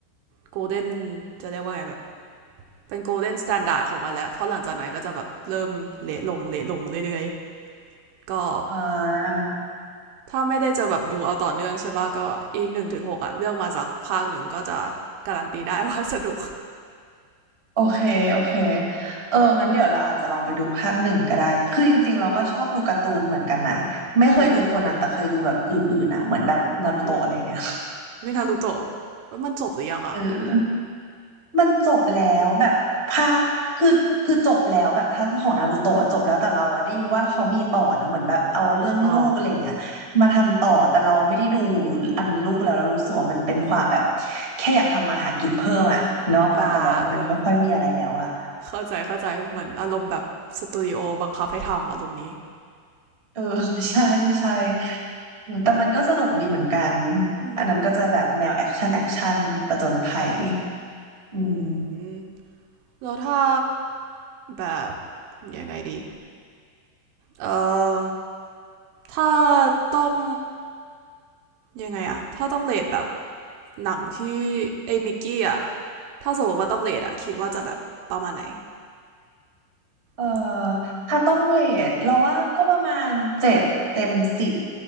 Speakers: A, on the right (about 75°); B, on the right (about 55°).
A: โกลเด้นจะเรียกว่าไงแบบเป็นโกลเด้นสแตนดาร์ดของมันแล้วเพราะหลังจากนั้นก็จะแบบเริ่มเละลงเละลงเรื่อยๆก็
B: อ่า
A: ถ้าไม่ได้จะแบบดูเอาต่อเนื่องใช่ป่ะก็อีหนึ่งถึงหกอะเลือกมาสักภาคหนึ่งก็จะการันตีได้ <laughs> ว่าสนุก
B: โอเคโอเคเอองั้นเดี๋ยวเราอาจจะลองไปดูภาคหนึ่งก็ได้คือจริงๆเราก็ชอบดูการ์ตูนเหมือนกันนะไม่เคยดูโคนันแต่เคยดูแบบอื่นๆอ่ะเหมือนแบบนารูโตะอะไรเงี้ย
A: อืม อือหืออืมวินารุโตะมันจบหรือยังอะ
B: เออมันจบแล้วแบบภาคคือคือจบแล้วแบบท่านของนารูโตะอะจบแล้วแต่เราอะได้ยินว่าเขามีต่อนะเหมือนแบบเอาเรื่องลูกอะไรเงี้ยมาทำต่อแต่เราไม่ได้ดู
A: อ๋อ
B: อันลูกแล้วเรารู้สึกว่ามันเป็นความแบบแค่อยากทำมาหากินเพิ่มอะเนาะปะแต่แบบมันไม่ค่อยมีอะไรแล้วอะ
A: อ่าเออ เข้าใจเข้าใจเหมือนอารมณ์แบบสตูดิโอบังคับให้ทำอารมณ์นี้
B: เออ <laughs> ใช่ใช่โอ้แต่มันก็สนุกดีเหมือนกัน
A: อืม
B: อันนั้นก็จะแบบแนวแอคชั่นแอคชั่นประจนภัยอืม
A: อืมแล้วถ้าแบบยังไงดี เอ่อถ้าต้องยังไงอะถ้าต้องเลทแบบหนังที่เอมิกกี้อะ ถ้าสมมติว่าต้องเลทอะคิดว่าจะแบบประมาณไหน
B: เออ
A: อืม
B: ถ้าต้องเรทเราว่าก็ประมาณเจ็ดเต็มสิบ